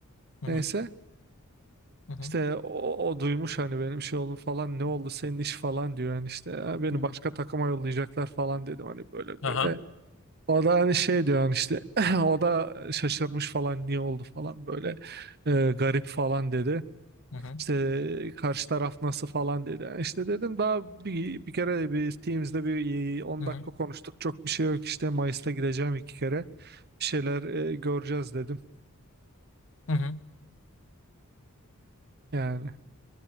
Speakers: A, on the left; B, on the right.
A: Hı
B: Neyse
A: hı. Hı hı.
B: işte o, o duymuş hani benim şey oldu falan ne oldu
A: Hı hı.
B: senin iş falan diyor. Yani işte "Ya beni
A: Hı hı.
B: başka takıma yollayacaklar falan dedim hani böyle böyle.
A: Aha.
B: O da hani şey diyor hani işte <laughs> <clears throat> o da şaşırmış falan niye oldu falan böyle e, garip falan dedi.
A: Hı hı.
B: İşte karşı taraf nasıl falan dedi. Yani İşte dedim daha bir, bir kere bir Teams'de bir e, on
A: Hı hı.
B: dakika konuştuk. Çok bir şey yok işte Mayıs'ta gideceğim iki kere. Bir şeyler e, göreceğiz dedim.
A: Hı hı.
B: Yani